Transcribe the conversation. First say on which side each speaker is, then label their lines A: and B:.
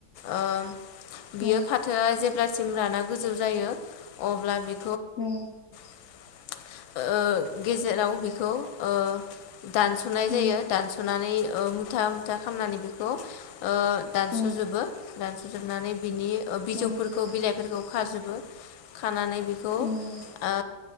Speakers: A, on the left; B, on the left.
A: ओ-बियो
B: औ
A: फाथोआ जेब्ला सिम राना गोजौ जायो अब्ला बे
B: औ
A: ओ- गेजेराव बेखौ ओ- दानस'नाय
B: औ
A: जायो दानस'नानै ओ- मुथा मुथा खामनानै बेखौ। ओ- दानस'जोबो
B: औ
A: दानसजोबनानै बिनि बिजौफोरखौ
B: औ नंगौ
A: बिलाइफोरखौ खाजोबो खानानै। बेखौ
B: उम
A: ओ